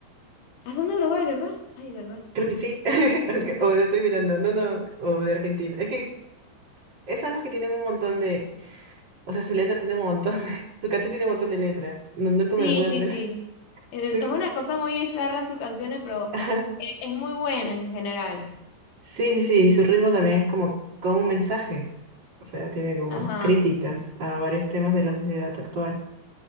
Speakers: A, on the left; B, on the right.
A: Ah, son de Uruguay, ¿verdad? Ay, ¿verdad?
B: Creo que sí. <laughs> Aunque- O lo estoy mirando. No, no. O de Argentina. Es que esas son las que tienen un montón de... O sea, su letra tiene un montón de... <laughs> Su canción tiene un montón de letra. No, nunca
A: Sí,
B: me pude aprender.
A: sí, sí.
B: <laughs>
A: Eh,
B: Nun-
A: Es una cosa muy bizarra sus canciones, pero
B: Ajá.
A: e- es muy buena en general.
B: Sí, sí, sí. y Su ritmo también es como con un mensaje. O sea, tiene como
A: Ajá,
B: críticas a varios temas de la sociedad actual.